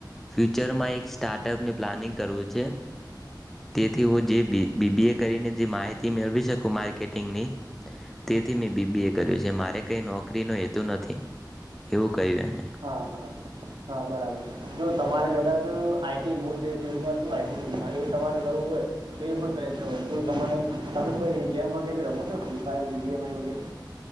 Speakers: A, in the centre; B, on the right (about 85°).
A: ફ્યુચરમાં એક સ્ટાર્ટઅપનું પ્લાનિંગ કરવું છે, તેથી હું જે બી બી બી એ કરીને જે માહિતી મેળવી સકું માર્કેટિંગની, તેથી મે બી બી એ કર્યું છે, મારે કઈ નોકરીનો હેતુ નથી. એવું કહ્યું એને
B: હા, હા, હા બરાબર. જો તમારે કદાચ આઈ ટી મુ જે <inaudible> માં એ તમારે કરવું હોય, તો એ પણ કરી શકો છો. જો તમારે, તમે કોઈ ગેમ વગેરે રમો છો? Free Fire, B G M I વગેરે?